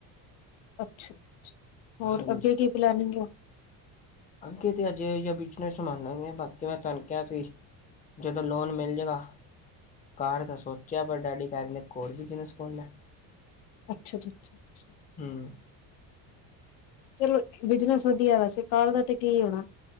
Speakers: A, on the left; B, on the left.
A: ਅੱਛਾ ਅੱਛਾ ਹੋਰ
B: ਹਾਂਜੀ
A: ਅੱਗੇ ਕੀ ਪਲੈਨਿੰਗ ਆ?
B: ਅੱਗੇ ਤੇ ਹਜੇ ਜਾਂ ਬਿਜਨਸ ਸਮਾਨਾਂਗੇ ਬਾਕੀ ਮੈਂ ਤੁਹਾਨੂੰ ਕਿਹਾ ਸੀ ਜਦੋਂ ਲੋਨ ਮਿਲ ਜੇਗਾ। ਕਾਰ ਦਾ ਸੋਚਿਆ ਪਰ ਡੈਡੀ ਕਹਿੰਦੇ ਇੱਕ ਹੋਰ ਬਿਜ਼ਨਸ ਖੋਲ ਲਾ।
A: ਅੱਛਾ, ਅੱਛਾ, ਛਾ।
B: ਹੁੰ।
A: ਚਲੋ ਜੀ, ਬਿਜਨਸ ਵਧੀਆ ਵੈਸੇ ਕਾਰ ਦਾ ਤੇ ਕੀ ਹੋਣਾ?